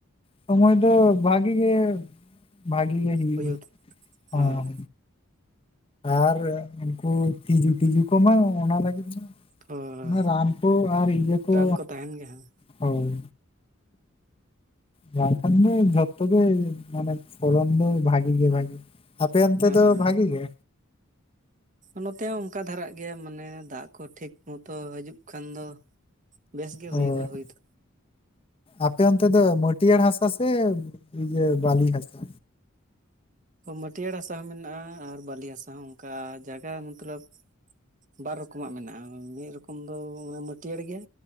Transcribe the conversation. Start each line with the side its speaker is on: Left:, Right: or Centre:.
Left: ᱥᱚᱢᱚᱭ ᱫᱚ ᱵᱷᱟᱜᱤ ᱜᱮ ᱵᱷᱟᱹᱜᱤ ᱜᱮ ᱦᱩᱭᱩᱜ-ᱟ
Right: ᱦᱩᱭᱩᱜ ᱦᱮᱸ
Left: ᱚᱸ᱾ ᱟᱨ ᱩᱱᱠᱩ ᱛᱤᱡᱩ ᱛᱤᱡᱩ ᱠᱚᱢᱟ ᱚᱱᱟ ᱞᱟᱹᱜᱤᱫ ᱢᱟ
Right: ᱦᱳᱭ
Left: ᱚᱱᱟ ᱨᱟᱱ ᱠᱚ ᱟᱨ ᱤᱭᱟᱹ ᱠᱚ
Right: ᱨᱟᱱ ᱛᱟᱦᱮᱱ ᱜᱮᱭᱟ ᱦᱟᱸᱜ
Left: ᱦᱳᱭ᱾ ᱡᱟᱦᱟᱴᱟᱜ ᱜᱮ ᱡᱷᱚᱛᱚ ᱜᱮ ᱢᱟᱱᱮ ᱯᱷᱚᱞᱚᱱ ᱫᱚ ᱵᱷᱟᱜᱤ ᱜᱮ ᱵᱷᱟᱜᱤ ᱟᱯᱮ ᱚᱱᱛᱮ
Right: ᱦᱮᱸ
Left: ᱫᱚ ᱵᱷᱟᱜᱤ ᱜᱮ?
Right: ᱱᱚᱛᱮ ᱦᱚᱸ ᱚᱱᱠᱟ ᱫᱷᱟᱨᱟᱜ ᱜᱮ ᱢᱟᱱᱮ ᱫᱟᱜ ᱠᱚ ᱴᱷᱤᱠ ᱢᱚᱛᱚ ᱦᱤᱡᱩᱜ ᱠᱷᱟᱱ ᱫᱚ ᱵᱮᱥ ᱜᱮ
Left: ᱚᱸ᱾
Right: ᱦᱩᱭᱩᱜᱼᱟ ᱦᱩᱭ ᱫᱚ
Left: ᱟᱯᱮ ᱚᱱᱛᱮ ᱫᱚ ᱢᱟᱹᱴᱭᱟᱹᱲ ᱦᱟᱥᱟ ᱥᱮ ᱤᱭᱟᱹ ᱵᱟᱞᱤ ᱦᱟᱥᱟ?
Right: ᱢᱟᱹᱴᱭᱟᱹᱲ ᱦᱟᱥᱟ ᱦᱚᱸ ᱢᱮᱱᱟᱜ-ᱟ ᱟᱨ ᱵᱟᱹᱞᱤ ᱦᱟᱥᱟ ᱦᱚᱸ ᱚᱱᱠᱟ ᱡᱟᱸᱜᱟ ᱢᱚᱛᱞᱚᱵ ᱵᱟᱨ ᱨᱚᱠᱚᱢᱟᱜ ᱢᱮᱱᱟᱜ-ᱟ ᱢᱤᱫ ᱨᱚᱠᱚᱢ ᱫᱚ ᱢᱟᱹᱴᱭᱟᱹᱲ ᱜᱮᱭᱟ,